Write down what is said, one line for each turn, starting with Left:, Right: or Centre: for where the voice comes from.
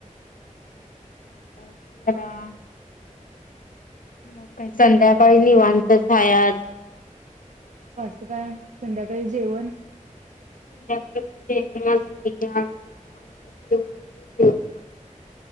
Left: झोपायच जरा आआ मग काय संध्याकाळी निवांतचच हाय आज
Right: कसं काय संध्याकाळी जेवण
Left: संध्याकाळच जेवणाज नाही आज आ जेव जेवणाज